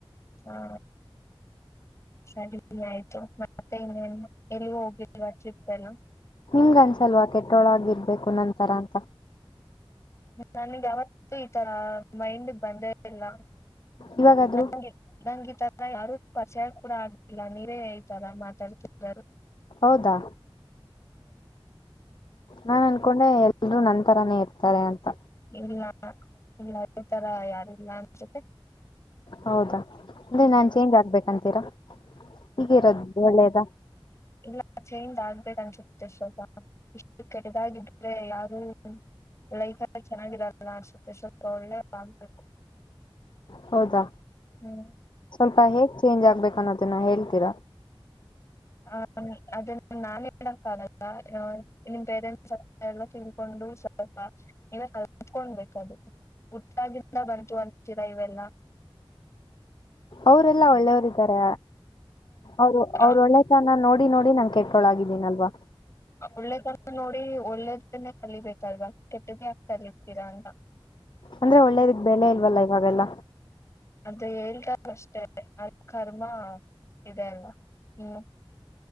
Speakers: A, on the left; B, on the left.
A: ಹಾ ಸರಿ ಆಯ್ತು ಮತ್ತೆ ಇನ್ನೇ ಎಲ್ಲಿೂ ಹೋಗಿಲ್ವಾ ಟ್ರಿಪ್ ಎಲ್ಲ
B: ನಿಮ್ಗನ್ಸಲ್ವ ಕೆಟ್ಟೊಳಗರ್ಬೇಕು ನಂತರ ಅಂತ
A: ನನ್ಗೆ ಯಾವತ್ತು ಈತ ಮೈಂಡ್ ಬಂದೇಲ್ಲ
B: ಇವಾಗಾದ್ರೂ
A: ನಗೆ ನಂಗೆ ತರ ಯಾರು ಪ್ರಚಾರ ಕೂಡ ಆಗ್ಲಿಲ್ಲ ನೀವೇ ರ ಮಾತಾಡ್ತಾರ
B: ಹೌದಾ ನಾನು ಅನ್ಕೊಂಡೆ ಎಲ್ರೂ ನನ್ಂತರಾನೇ ಇರ್ತಾರೆ ಅಂತ
A: ಇಲ್ಲ ಇಲ್ಲ ಈ ತರ ಯಾರಿಲ್ಲ ಅನ್ಸತೆ
B: ಹೌದಾ ಅಂದೆ ನಾನ್ ಚೇಂಜ್ ಆಗ್ಬೇಕಂತೀರಾ ಹೀಗಿರೋದು ಒಳ್ಳೇದಾ
A: ಇಲ್ಲಚೆಯ ಅ ಅನ್ಸುತ್ತೆ ಸ್ವಲ್ಪ ಇಷ್ಟು ಕೆಡದಾಗಿದ್ರೆ ಯಾರು ಲೈಫ ಎಲ್ಲ ಚೆನ್ನಾಗಿರಲ್ಲ ಅಸ ಸ್ವಲ್ಪ ಒಳ್ಳೆ ಆ್ಬಕು
B: ಹೌದಾ
A: ಹ್ಮ್
B: ಸ್ವಲ್ಪ ಹೇಗ್ ಚೇಂಜ್ ಆಗ್ಬೇಕನ್ನೋದನ್ನ ಹೇಳ್ತ ಕರ
A: ಹ ಅದನ್ನು ನಾನ್ ಹೇಳಕ್ ಆಗಲ್ಲ ನಿಮ ಪೇರೆಂಟ್ಸ್ತ್ರ ಎಲ್ಲ ತಿಳ್ಕೊಂಡು ಸ್ವಲ್ಪ ನೀವ ಕಲ್ತ್ಕೊಂಡ್ಬೇಕದು ಹುಟ್ಟಾಗಿಂದ ಬಂತು ಅಂತೀರ ಇವೆಲ್ಲ
B: ಅವರೆಲ್ಲಾ ಒಳ್ಳೆಯವರಿದ್ದಾರೆ ಅವರು
A: ಹಾ
B: ಅವ್ರು ಒಳ್ಳೆತನ ನೋಡಿ ನೋಡಿ ನನ್ ಕೆಟ್ಟೊಳಾಗಿದೀನಲ್ವಾ
A: ಒಳ್ಳೆದನ ನೋಡಿ ಒಳ್ಳೆದನ ಕಲಿಬೇಕಲ್ವಾ ಕೆಟ್ಟದೇ ಆಾಕ ಕಲತೀರಾ ಅಂತ
B: ಅಂದ್ರೆ ಒಳ್ಳೇದಕ್ ಬೆಳೆ ಇಲ್ವಲ್ಲ ಇವಾಗೆಲ್ಲ
A: ಅದು ಹೇಳ್ತಾರ ಅಷ್ಟೆ ಅದ ಕರ್ಮ ಇದೆ ಅಲ್ ಹ್ಮ